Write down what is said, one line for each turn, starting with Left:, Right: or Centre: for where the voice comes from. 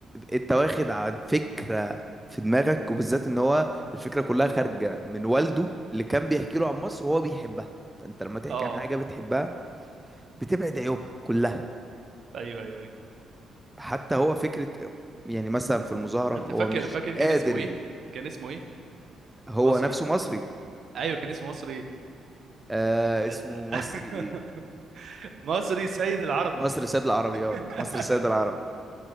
Centre: انت واخد عن فكرة في دماغك وبالذات ان هو الفكرة كلها خارجة من والده اللي كان بيحكي له عن مصر وهو بيحبها فانت لما تحكي
Right: اه
Centre: عن حاجة بتحبها بتبعد عيوبها كلها
Right: ايوه ايوه ايوه
Centre: حتى هو فكرة يعني مثلا في المظاهرة
Right: انت
Centre: هو
Right: فاكر
Centre: مش
Right: فاكر كان
Centre: قادر
Right: اسمه ايه كان اسمه ايه
Centre: هو
Right: مصري
Centre: نفسه مصري
Right: ايوه كان اسمه مصري ايه
Centre: آه
Right: <laughs>
Centre: اسمه مصري ايه
Right: مصري سيد العربي
Centre: مصر سيد العربي
Right: <laughs>
Centre: اه مصر سيد العربي